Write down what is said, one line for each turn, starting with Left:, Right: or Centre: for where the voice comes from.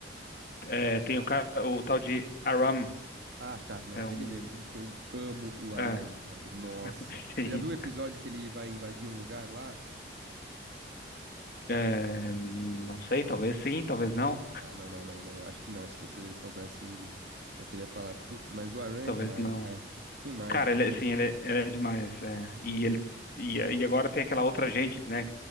Left: é, tem o, ca- o tal de Aram.
Right: Ah, tá, não,
Left: É
Right: ele
Left: um.
Right: mesmo. Puta, eu amo o Aram,
Left: É,
Right: velho. Nossa.
Left: <laughs>
Right: Você
Left: tem,
Right: já viu o episódio que ele vai invadir um lugar lá?
Left: é,
Right: Não.
Left: não sei, talvez sim, talvez não.
Right: Ah, não, não, não, não. Acho que não. Se você soubesse, já teria falado. Putz, mas o Aran
Left: Talvez
Right: é demais,
Left: não.
Right: cara. Quem mais
Left: Cara,
Right: que
Left: ele,
Right: tem?
Left: é, assim, ele, é é demais, é. E
Right: Uhum.
Left: ele e, e agora tem aquela outra gente, né,